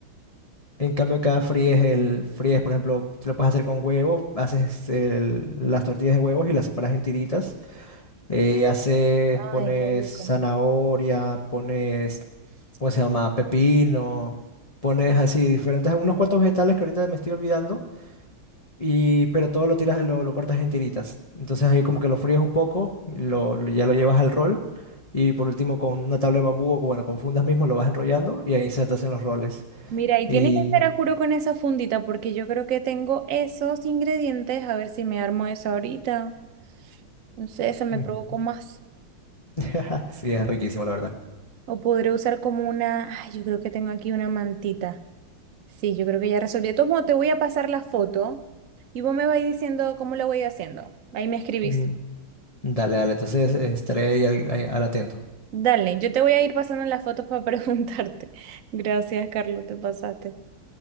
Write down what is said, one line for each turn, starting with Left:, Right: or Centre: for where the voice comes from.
Left: En cambio acá fríes el, fríes, por ejemplo, te lo puedes hacer con huevos, haces el- las tortillas de huevos y las separas en tiritas, eh, haces, pones
Right: Ay, qué rico.
Left: zanahoria, pones, ¿cómo se llama? Pepino, pones así diferentes, unos cuantos vegetales que ahorita me estoy olvidando y, pero todo lo tiras, lo, lo cortas en tiritas. Entonces ahí como que lo fríes un poco, lo, lo- ya lo llevas al rol. Y por último con una tabla de bambú o con- bueno, con fundas mismo lo vas enrollando y ahí se te hacen los roles.
Right: Mira, y
Left: Y...
Right: tiene que ser a juro con esa fundita, porque yo creo que tengo esos ingredientes. A ver si me armo esa ahorita. No sé, se me
Left: Ujú.
Right: provocó más.
Left: <laughs> Sí, es riquísimo, la verdad.
Right: O podré usar como una. Ay, yo creo que tengo aquí una mantita. Sí, yo creo que ya resolví. Tomo, te voy a pasar la foto y vos me vais diciendo cómo lo voy haciendo. Ahí me escribís.
Left: Mm, Dale, dale. Entonces eh, estaré ahí al, ahí al atento.
Right: Dale, yo te voy a ir pasando las fotos para preguntarte. <laughs> Gracias, Carlos, te pasaste.